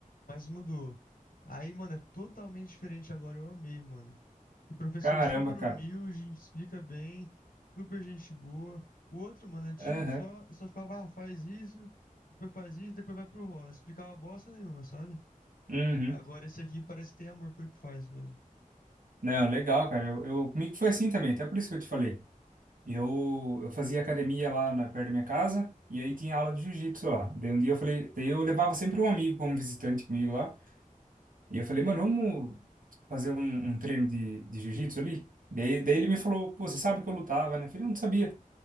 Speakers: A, on the left; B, on the right.
A: Mas mudou. Aí, mano, é totalmente diferente agora. Eu amei, mano. E professor
B: Caramba,
A: super
B: cara.
A: humilde, explica bem, super gente boa. O outro, mano, antigo,
B: Aham.
A: só, só ficava, ah, faz isso, depois faz isso, depois vai pro rolo. Explicava bosta nenhuma, sabe?
B: Uhum.
A: Agora esse aqui parece que tem amor pelo que faz mesmo.
B: Não, legal, cara. Eu, eu- comigo foi assim também, até por isso que eu te falei. Eu, eu fazia academia lá na, perto da minha casa, e aí tinha aula de jiu-jitsu lá. Daí um dia eu falei, daí eu levava sempre um amigo como visitante comigo lá. E eu falei, mano, vamos fazer um, um treino de, de jiu-jitsu ali? Daí, daí ele me falou, pô, você sabe que eu lutava, né? Eu falei, não sabia.